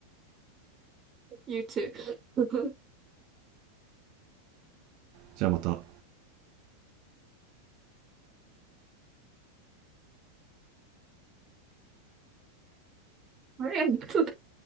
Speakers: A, on the right; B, on the right.
A: You too. <laughs>
B: じゃあまた。
A: ありがとう <laughs>